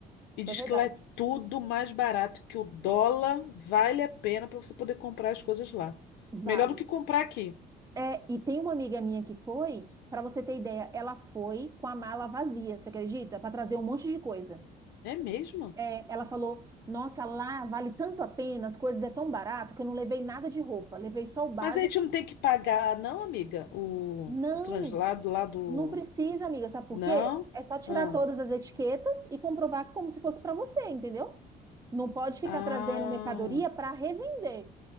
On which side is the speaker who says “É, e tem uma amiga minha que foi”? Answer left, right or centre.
Right